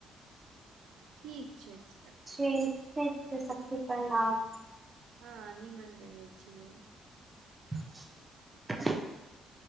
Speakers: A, on the right; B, on the right.
A: ठीक छै तऽ
B: ठीक छै तऽ सखी प्रणाम
A: हा नियमन रहै छियै
B: <unintelligible>